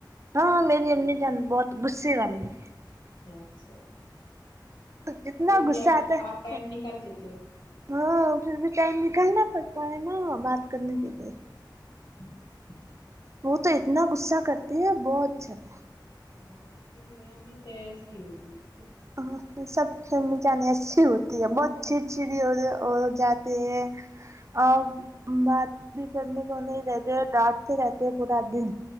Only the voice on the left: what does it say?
اچھا
پھر بھی
آ
آپ ٹائم
نکال دیتے ہو
اچھا
ہاں امی تو ایسی ہوتی ہے سبکی